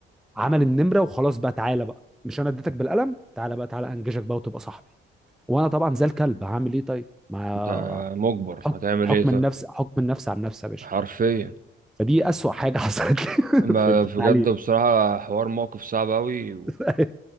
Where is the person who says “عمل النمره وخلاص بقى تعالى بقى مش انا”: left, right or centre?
Centre